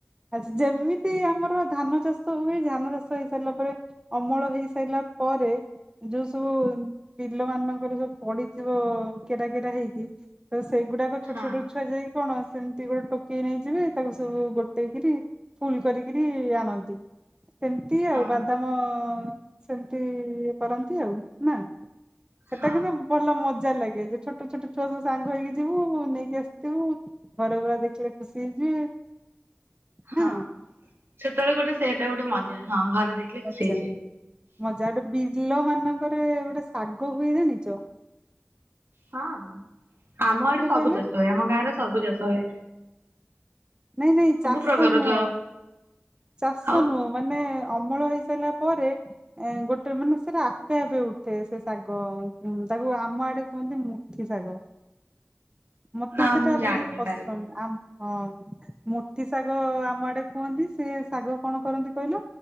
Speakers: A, on the right (about 20°); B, on the right (about 60°).
A: ଆଚ୍ଛା ଯେମିତି ଆମର ଧାନ ଚାଷ ହୁଏ। ଧାନ ଚାଷ ହେଇସାରିଲା ପରେ ଅମଳ ହେଇସାଇଲା ପରେ ଯୋଉ ସବୁ ଵିଲ ମାନଙ୍କର ସବୁ ପଡିଥିବ କେରା କେରା ହେଇକି ତ ସେଇଗୁଡାକ ଛୋଟ
B: ହଁ
A: ଛୋଟ ଛୁଆ ଯାଇ କଣ ସେମିତି ଗୋଟେ ଟୋକେଇ ନେଇଯିବେ। ତାକୁ ସବୁ ଗୋ ଟେଇକିରି ଫୁଲ୍ କରିକିରି ଆଣନ୍ତି। ସେମତି
B: ହଁ
A: ଆଉ ବାଦାମ ସେମିତି କରନ୍ତି ଆଉ ନା? ସେଟା
B: ହଁ
A: କିନ୍ତୁ ଭଲ ମଜା ଲାଗ ଗେ ଯେ ଛୋଟ ଛୋଟ ଛୁଆ ସବୁ ସାଙ୍ଗ ହେଇକି ଯିବୁ ନେଇକି ଆସିଥିବୁ। ଘର ପୁରା ଦେଖିଲେ ଖୁସି ହେଇଯିବେ।
B: ହଁ,
A: ନା
B: ସେତେବେଳେ ଗୋଟେ ସେଇଟା ଗୋଟେ ମଜା। ହଁ ଘରେ ଦେଖିଲେ ଖୁସି
A: ମଜା
B: ହେଇଯିବେ।
A: ମଜା ଗୋଟେ ବିଲ ମାନ କରେ ଗୋଟେ ଶାଗ ହୁଏ ଜାଣିଚ?
B: ହଁ, ଆମ ଆଡେ ସବୁ
A: କହିଲ
B: ଚାଷ ହୁଏ। ଆମ ଗାଁ ରେ ସବୁ ଚାଷ ହଏ।
A: ନାଇଁ ନାଇଁ ଚାଷ
B: ପ୍ରକାର
A: ନୁହଁ।
B: ତ
A: ଚାଷ
B: ଆଉ
A: ନୁହଁ। ମାନେ ଅମଳ ହେଇସାରିଲା ପରେ ଏ ଗୋଟେ ମାନେ ସେଟା ଆପେ ଆପେ ଉଠେ ସେ ଶାଗ। ଉଁ, ତାକୁ ଆମ ଆଡେ କୁହନ୍ତି ମୁଠି ଶାଗ। ମୋତେ
B: ନା
A: ସେଟା
B: ମୁଁ ଜାଣିନି
A: ଭାରି ପସନ୍ଦ।
B: ତାହେଲେ
A: ଆ, ହଁ। ମୁଠି ଶାଗ ଆମ ଆଡେ କୁହନ୍ତି ସେ ଶାଗ କଣ କରନ୍ତି କହିଲ?